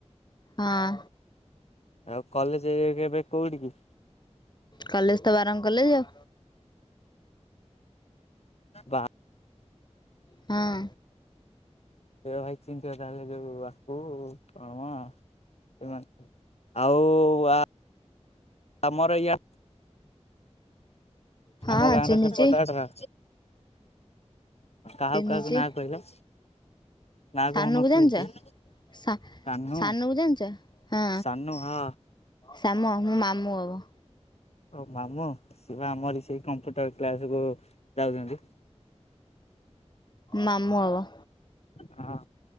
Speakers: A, on the left; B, on the left.
A: ହଁ
B: ଆଉ କଲେଜ ଏବେ - ବେକୋଉଠି କି?
A: କଲେଜ ତ ବାରାମ କଲେଜ ଆଉ
B: ବା
A: ହଁ
B: ସେୟା ଭାଇ ଚିତିଆଉ ତାହେଲେ ଯୋଉ ଆକୁ କଣ <unintelligible> ଆଉ ବା ଆମର ଇଆ
A: ହଁ
B: ଆମ ଗାଁରେ
A: ଚିହ୍ନିଚି
B: ସେପଟ ସେରା କାହାକୁ
A: ଚିହ୍ନିଚି
B: କାହାକୁ ନାଁ କହିଲା ନାଁ
A: ସାନୁକୁ
B: କହୁନ କିଏ
A: ଜାଣିଚ?
B: କିଏ
A: ସା
B: କାହ୍ନୁ
A: ସାନୁ କୁ ଜାଣିଛ ହଁ
B: ସାନୁ ହଁ
A: ଶ୍ୟାମ ମୋ ମାମୁଁ ଅବ
B: ଓ ମାମୁ ସିଏ ଆମରି ସେଇ କମ୍ପ୍ୟୁଟର କ୍ଲାସ କୁ ଯାଉଛନ୍ତି।
A: ମାମୁଁ ହବ
B: ହଁ